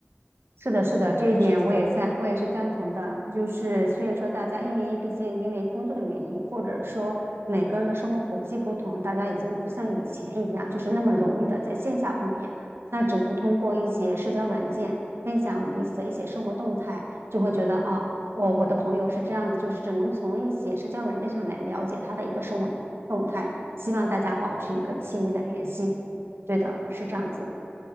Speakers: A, on the right; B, on the left.
A: 是的，是的，这一点我也赞，
B: 我觉得这挺。
A: 我也是赞同的。就是虽然说大家因为毕竟因为工作的原因，或者说每个人的生活轨迹不同，大家已经不像以前一样，就是那么容易的在线下碰面，那只能通过一些社交软件分享彼此的一些生活动态，就会觉得啊，我我的朋友是这样子，就是只能从一些社交软件上来了解他的一个生活动态。希望大家保持一个亲密的联系。对的，是这样子。